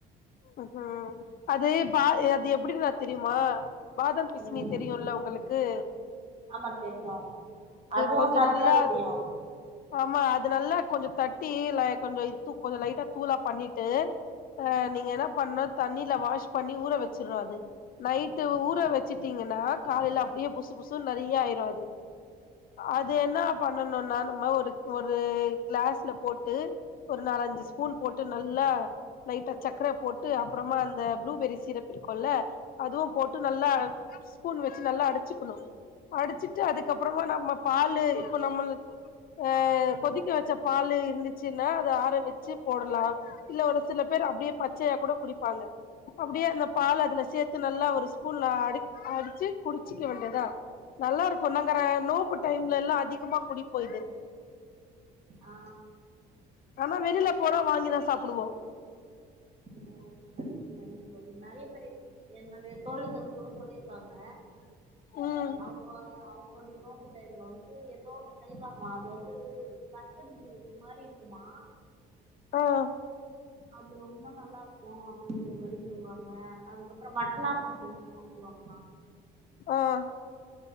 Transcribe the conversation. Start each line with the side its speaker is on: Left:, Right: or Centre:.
Left: உஹ்ம் அது பா அது எப்படின்னு நான் தெரியுமா பாதம் பிஸ்னி
Right: ம்
Left: தெரியும்ல உங்களுக் க்கு
Right: ஆமா தெரியும் அதுவும்
Left: கொஞ்சோ
Right: சரஜா
Left: நல்லா
Right: வித யம்
Left: ஆமா அது நல்லா கொஞ்சம் தட்டி கொஞ்சம் இத்து கொஞ்சம் லைட்டா தூளா பண்ணிட்டு நீ நீங்க என்ன பண்ணும் தண்ணியில வாஷ் பண்ணி ஊற வச்சிருனு அது நைட்டு்
Right: ஓகே
Left: ஊர வச் வச்சுட்டீங்கன்னா காலையில அப்படியே புசு புசு நிறைய ஆயிரும் அது அது என்ன பண்ணணும் நா ஒரு ஒரு கிளாஸ்ல போட்டு ஒரு நாலஞ்சு ஸ்பூன் போட்டு நல்லா லைட்டா சக்கர போட்டு அப்பறமா அந்த ப்ளூபெரி சீரப்பு இருக்கோல்ல அதுவும் போட்டு நல்ல ஸ்பூன் வச்சு நல்லா அடைச்சுக்கணும் அடிச்சு ட்டு அதுக்கப்பறமா நம்ம பாலு இப்ப நம்மளுக்கு அஹ் கொதிக்க வச்ச பாலு இருந்துச்சுன்னா அத ஆற வெச்சு போடலா இல்ல ஒரு சில பேர் அப்டியே பச்சையா கூட குடிப்பாங்க அப்படியே அந்த பால அதுல சேத்து நல்லா ஒரு ஸ்பூன்ல அடி அடிச்சு குடிச்சிக்க வேண்டியத் தா நல்லாருக்கு நங்கற நோம்பு டைம்ல எல்லா அதிகமா குடிப்போ இது
Right: ஆ
Left: ஆனா வெளில போனா வாங்கிதா சாப்டுவோ
Right: ஓ சரி சரிங்க தோழி நறைய பேரு என்னுடைய தோழிகள் கூட சொல்லிர் காங்க
Left: ம்
Right: அவங்க அவங்ளுடைய நோம்பு டைம்ல வந் து எதோ ஒன்னு செய்வாங்களா அது <inaudible> ஒரு மாரி இருக்குமா
Left: ஆஹ்
Right: அது ரொம்ப நல் லாருக்கு அப்டின்ற மாரி சொல்வாங்க அதுக்கப்றோ வட்னா போட்டு காட்டுவாங்
Left: ஆஹ்